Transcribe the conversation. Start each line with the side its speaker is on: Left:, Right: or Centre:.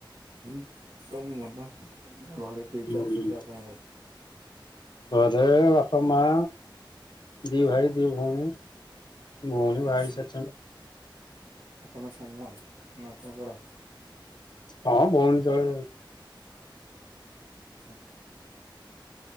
Right: ହୁଁ ତ ମନ ଘରେ କିଏ
Left: ହୁଁ
Right: କି ଅଛନ୍ତି ଆପଣଙ୍କର?
Left: ଘରେ ବାପା ମା ଦି ଭାଇ ଦି ଭଉଣୀ ଭଉଣୀ ଭଉଣୀ
Right: ଆଛା
Left: ବାହା ହେଇସାରିଛନ୍ତି
Right: ଆପଣ ସାନ ନା ଆପଣ ବଡ଼?
Left: ହଁ ଭଉଣୀ ତଳେ
Right: ଆଚ୍ଛା।